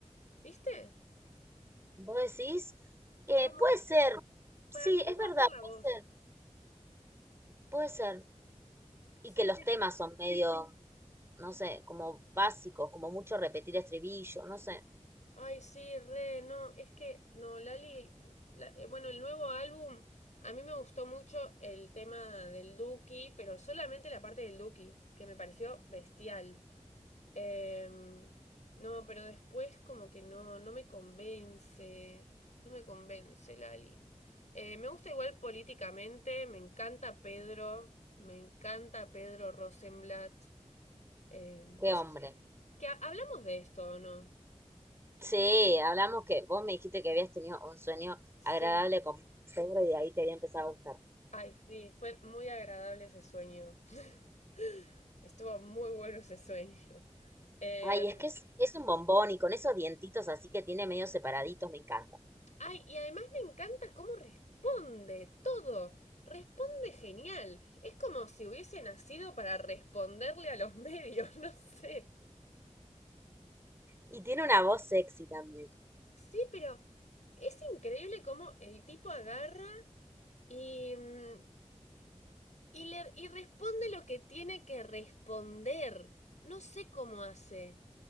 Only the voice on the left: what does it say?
¿Viste?
Como,
para mí
va por la
voz.
Sí,
sí,
sí.
Ay, sí, re, no, es que, no, Lali, la- eh, bueno, el nuevo álbum, a mí me gustó mucho el tema del Duki, pero solamente la parte del Duki, que me pareció bestial. Em, no, pero después como que no, no me convence, no me convence, Lali. Eh, me gusta igual políticamente, me encanta Pedro, me encanta Pedro Rosenblatt. Em,
no sé
si, que ha- hablamos de esto o no.
Sí.
Ay, sí, fue muy agradable ese sueño. <laughs> Estuvo muy bueno ese sueño. Eh,
ay, y además me encanta cómo responde todo. Responde genial. Es como si hubiese nacido para responderle a los medios, <laughs> no sé.
Sí, pero es increíble cómo el tipo agarra y, mm, y le- y responde lo que tiene que responder. No sé cómo hace.